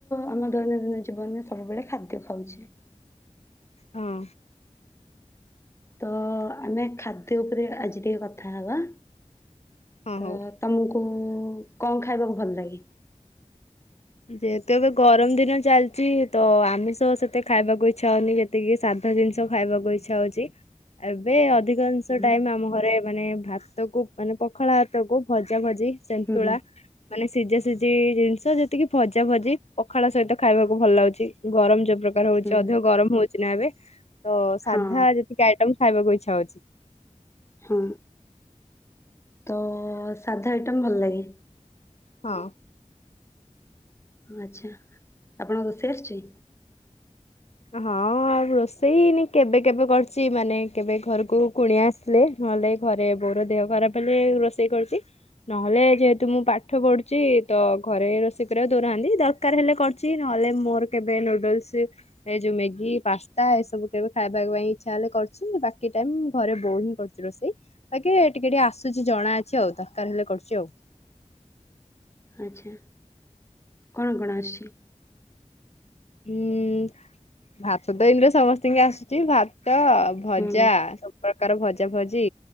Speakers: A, on the left; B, on the left.
A: ଆମ ଦୈନନ୍ଦିନ ଜୀବନରେ ସବୁବେଳେ ଖାଦ୍ୟ ଖାଉଛେ
B: ହଁ।
A: ତ ଆମେ ଖାଦ୍ୟ ଉପରେ ଆଜି ଟିକେ କଥା ହବା।
B: ହଁ
A: ତ
B: ହଉ।
A: ତମକୁ କଣ ଖାଇବାକୁ ଭଲ ଲାଗେ?
B: ଯେହେତୁ ଏବେ ଗରମ ଦିନ ଚାଲିଛି ତ ଆମିଷ ସେତେ ଖାଇବାକୁ ଇଚ୍ଛା ହଉନି ଯେତିକି ସାଧା ଜିନିଷ ଖାଇବାକୁ ଇଚ୍ଛା ହଉଛି ଏବେ ଅଧିକାଂଶ
A: ହୁଁ
B: ଟାଇମ୍ ଆମ ଘରେ ମାନେ ଭାତ କୁ ମାନେ ପଖାଳ ଭାତ କୁ ଭଜା ଭଜି ସେନ୍ତୁଳା
A: ହୁଁ
B: ମାନେ ସିଝା ସିଝି ଜିନିଷ ଯେ ଟିକେ ଭଜା ଭଜି ପଖାଳ ସହିତ ଖାଇବାକୁ ଭଲ ଲାଗୁଛି ଗରମ ଯୋଗ ପ୍ରକାର ହଉଛି
A: ହୁଁ
B: ଅଧିକ ଗରମ ହଉଛି ନା ଏବେ ତ ସାଧା
A: ହଁ
B: ଯେତିକି ଆଇଟମ୍ ଖାଇବାକୁ ଇଚ୍ଛା ହଉଛି।
A: ହଁ ତ ସାଧା ଆଇଟମ୍ ଭଲ ଲାଗେ।
B: ହଁ।
A: ଆଚ୍ଛା ଆପଣ ରୋସେଇ ଆସୁଛି?
B: ହଁ ଆଉ ରୋଷେଇ ନି କେବେ କେବେ କରଛି ମାନେ କେବେ ଘରକୁ କୁଣିଆ ଆସିଲେ ନହେଲେ ଘରେ ବୋଉ ର ଦେହ ଖରାପ ହେଲେ ରୋଷେଇ କରୁଛି ନହେଲେ ଯେହେତୁ ମୁଁ ପାଠ ପଢୁଛି ତ ଘରେ ରୋଷେଇ କରିବାକୁ ଦଉନାହାନ୍ତି ଦରକାର ହେଲେ କରୁଛି ନହେଲେ ମୋର କେବେ ନୁଡଲସ ଏ ଯୋଉ ମ୍ୟାଗି ପାସ୍ତା ଏସବୁ କେବେ ଖାଇବା ପାଇଁ ଇଚ୍ଛା ହେଲେ କରୁଛି ବାକି ଟାଇମ ଘରେ ବୋଉ ହିଁ କରୁଛି ରୋଷେଇ ବାକି ଟିକେ ଟିକେ ଆସୁଛି ଜଣା ଅଛି ଆଉ ଦରକାର ହେଲେ କରୁଛି ଆଉ।
A: ଆଚ୍ଛା। କଣ କଣ ଆସୁଛି?
B: ହୁଁ ଭାତ ତ ଇମତି ରେ ସମସ୍ତିଙ୍କି ଆସୁଛି ଭାତ ତ ଭଜା
A: ହୁଁ
B: ସବୁ ପ୍ରକାର ଭଜା ଭଜା ଭଜି